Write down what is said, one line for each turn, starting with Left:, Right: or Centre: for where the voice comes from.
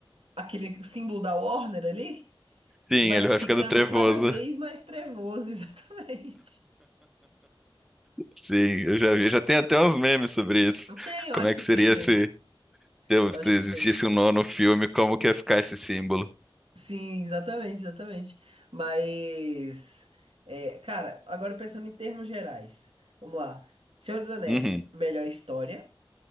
Right: aquele símbolo da Warner ali
Centre: sim,
Right: vai
Centre: ele vai
Right: ficando
Centre: ficando trevoso.
Right: cada vez mais trevoso, <laughs> exatamente.
Centre: Sim, eu já vi. Já tem até uns memes sobre isso.
Right: Eu tenho, eu
Centre: Como
Right: acho
Centre: é
Right: que
Centre: que seria
Right: tem mesmo.
Centre: se, se
Right: Eu
Centre: se
Right: acho
Centre: existisse
Right: que tem.
Centre: um nono filme, como que ia ficar esse símbolo?
Right: Sim, exatamente, exatamente. Mas, é, cara, agora pensando em termos gerais, vamos lá. Senhor dos Anéis,
Centre: Uhum,
Right: melhor história,